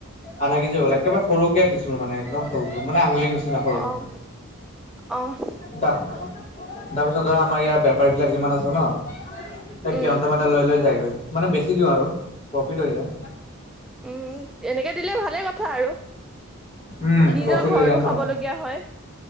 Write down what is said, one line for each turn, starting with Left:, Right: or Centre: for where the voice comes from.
Left: আধা কেজি হৈ গ'ল একেবাৰে সৰুকে দিছোঁ মানে একদম সৰু সৰু মানে আঙুলিৰ নিচিনা সৰু সৰু
Centre: অ' অ'
Left: তা- তাৰপিছত ধৰা আমাৰ ইয়াৰ বেপাৰী বিলাক যিমান আছে ন, সেই
Centre: উম
Left: সিহঁতে মানে লৈ লৈ যায় গৈ। মানে বেছি দিওঁ আৰু প্ৰফিট হৈ যায়।
Centre: উম এনেকে দিলে ভালে কথা আৰু
Left: উম
Centre: নিজৰ
Left: প্ৰফিট
Centre: ঘৰতো
Left: হৈ যায় ন
Centre: খাব লগীয়া হ'য়।